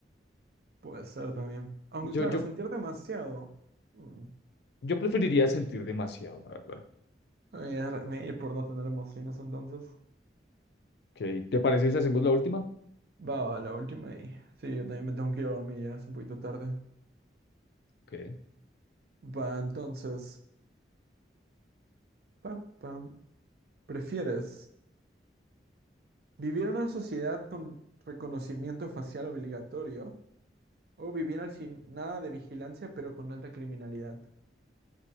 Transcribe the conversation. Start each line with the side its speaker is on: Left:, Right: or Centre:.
Right: Puede ser también. Aunque
Left: Yo,
Right: claro,
Left: yo,
Right: sentir demasiado. mm,
Left: yo preferiría sentir demasiado, la verdad.
Right: Voy a re- me ir por no tener emociones entonces.
Left: Okay. ¿Te parece si hacemos la última?
Right: Va, la última y... Sí, yo también me tengo que ir a dormir, ya es un poquito tarde.
Left: Okay.
Right: Va, entonces... pa, pam. ¿Prefieres? ¿Vivir en una sociedad con reconocimiento facial obligatorio o vivir al sin nada de vigilancia pero con alta criminalidad?